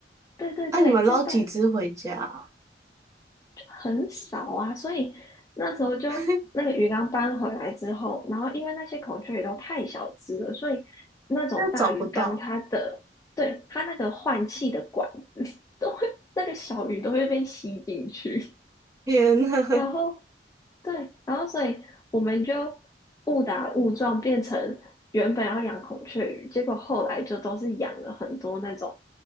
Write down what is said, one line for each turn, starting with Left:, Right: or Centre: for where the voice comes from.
Left: 对对对，
Right: 啊，你们捞几只回家啊？
Left: 是办就很少啊，所以那时候就那个鱼缸搬回来之后，
Right: <laughs>
Left: 然后因为那些孔雀鱼都太小只了，所以那种大鱼缸它的，
Right: 又找不到，
Left: 对，它那个换气的管子 <laughs> 都会，那个小鱼都会被吸进去，
Right: 天呐！
Left: 然后对，然后所以我们就误打误撞变成原本要养孔雀鱼，结果后来就都是养了很多那种